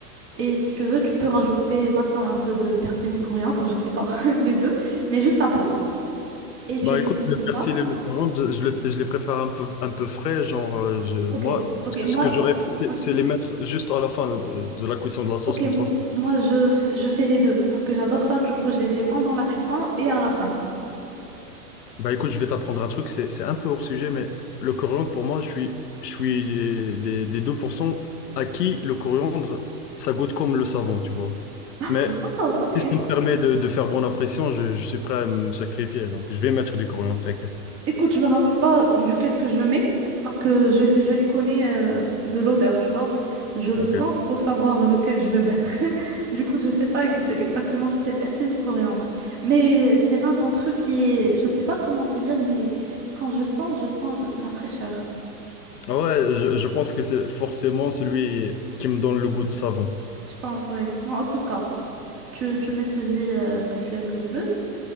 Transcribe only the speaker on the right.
Et si tu veux, tu peux rajouter maintenant un peu de persil ou coriandre, je sais pas, <laughs> les deux, mais juste un peu. Et tu
mixes
tout ça.
Ok,
ok,
moi,
ok,
ok,
m-
moi je, f- je fais les deux parce que j'adore ça. Du coup, je les fais pendant la cuisson et à la fin.
Ah,
Wow, ok.
Écoute, je me rappelle pas duquel que je mets parce que je, je les connais euh, de l'odeur, tu vois. Je le
sens
pour savoir lequel je veux mettre. <laughs> Du coup, je sais pas ex- exactement si c'est le persil ou le coriandre. Mais c'est l'un d'entre eux qui est, je sais pas comment te dire, mais quand je le sens, je sens de la fraîcheur.
Je pense, ouais. En tout cas. tu, tu mets celui euh, que tu aimes le plus.